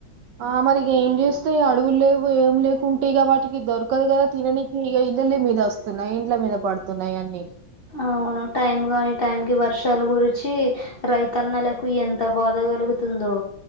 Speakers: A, on the right; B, on the left.
A: ఆ మరి ఏం చేస్తయి అడవుల్ లేవు ఏం లేకుంటే ఇక వాటికి దొరకదు కదా తిననీకి ఇ ఇల్లలి మీద వస్తున్నాయి ఇండ్ల మీద పడుతున్నాయి అన్నీ
B: అవును టైమ్ గాని టైమ్ కి వర్షాల గురిచి రైతన్నలకు ఎంత ఎంత బాధగలుగుతుందో